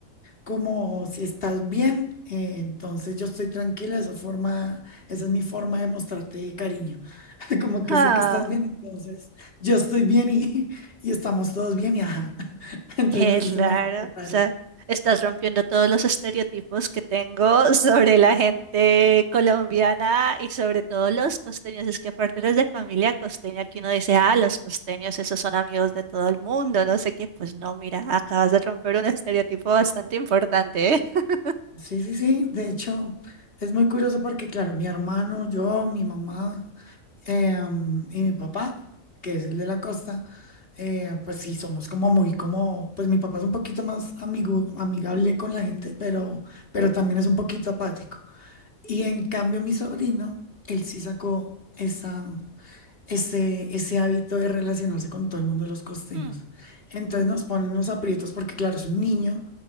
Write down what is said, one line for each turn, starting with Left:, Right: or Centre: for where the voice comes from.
Left: como si estás bien, eh, entonces yo estoy tranquila, esa forma, esa es mi forma de mostrarte cariño, <laughs> como que
Right: Ah,
Left: sé que estás bien, entonces yo estoy bien y, y estamos todos bien y ajá, <laughs> entonces
Right: qué
Left: así se
Right: raro.
Left: maneja, muy
Right: O
Left: raro.
Right: sea, estás rompiendo todos los estereotipos que tengo <laughs> sobre la gente colombiana y sobre todo los costeños. Es que aparte eres de familia costeña, que uno dice, ah, los costeños, esos son amigos de todo el mundo, no sé qué. Pues no, mira, acabas de romper un estereotipo bastante importante, ¿eh? <laughs>
Left: Sí, sí, sí, de hecho es muy curioso porque claro, mi hermano, yo, mi mamá. Eh, am, y mi papá, que es el de la costa, eh, pues sí, somos como muy como, pues mi papá es un poquito más amigo, amigable con la gente, pero, pero también es un poquito apático. Y en cambio mi sobrino, él sí sacó esa, ese, ese hábito de relacionarse con todo el mundo de los costeños.
Right: Hmm.
Left: Entonces nos ponen los aprietos porque claro, es un niño,